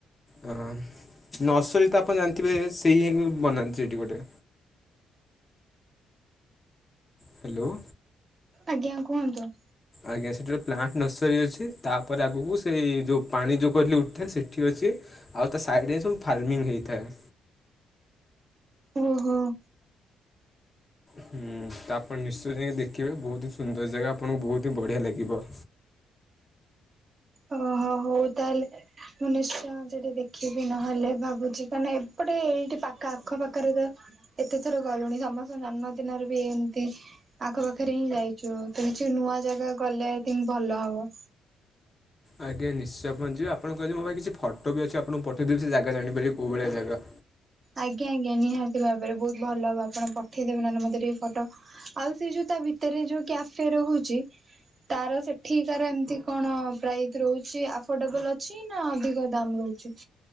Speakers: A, on the left; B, on the right.
A: ହଁ ନର୍ସରୀ ତ ଆପଣ ଜାଣିଥିବେ ସେଇ ହିକ ବନାନ୍ତି ସେଇଠି ଗୋଟେ। ହ୍ୟାଲୋ,
B: ଆଜ୍ଞା କୁହନ୍ତୁ,
A: ଆଜ୍ଞା ସେଠି ଗୋଟେ ପ୍ଲାଣ୍ଟ ନର୍ସରୀ ଅଛି। ତାପରେ ଆଗକୁ ସେଇ ଯେଉଁ ପାଣି ଯେଉଁ କହିଲି ଉଠେ ସେଠି ଅଛି। ଆଉ ତା ସାଇଡରେ ସବୁ ଫାର୍ମିଂ ହେଇଥାଏ।
B: ଓହୋ,
A: ହୁଁ ତ ଆପଣ ନିଶ୍ଚୟ ଯାଇକି ଦେଖିବେ ବହୁତ ହି ସୁନ୍ଦର ଜାଗା ଆପଣଙ୍କୁ ବହୁତ ହି ବଢିଆ ଲାଗିବ।
B: ଓହୋ ହଉ ତାହେଲେ ମୁଁ ନିଶ୍ଚୟ ସେଠି ଦେଖିବି ନହେଲେ ଭାବୁଛି କାହି ନା ଏପଟେ ଏଇଠି ପାଖ ଆଖପାଖରେ ତ କେତେ ଥର ଗଲୁଣି ସମସ୍ତଙ୍କ ଜନ୍ମଦିନରେ ବି ଏମିତି। ଆଖ ପାଖରେ ହିଁ ଯାଇଛୁ ତ କିଛି ନୂଆ ଜାଗା ଗଲେ ଆଇଥିଙ୍କ ଭଲ ହବ।
A: ଆଜ୍ଞା ନିଶ୍ଚୟ ପହଞ୍ଚିବ ଆପଣମୋ ପାଇଁ କି ଫଟୋ ଅଛି ଆପଣଙ୍କୁ ପଠେଇ ଦେବି ସେ ଜାଗା ଜାଣିପାରିବେ କଉଭଳିଆ ଜାଗା।
B: ଆଜ୍ଞା ଆଜ୍ଞା ନିହାତି ଭାବରେ ବହୁତ ଭଲ ହବ ଆପଣ ପଠେଇଦେବେ ନହେଲେ ମତ ଟିକେ ଫଟୋ। ଆଉ ସେ ଯୋଉ ତା ଭିତରେ ଯୋଉ କ୍ୟାଫେ ସେଡ୍‌ ହେଉଛି ତାର ସେଠିକାର ଏମିତି କଣ ପ୍ରାଇସ୍ ରହୁଛି ଆଫୋର୍ଡେବଲ୍ ଅଛି। ନା ଅଧିକ ଦାମ୍ ରହୁଛି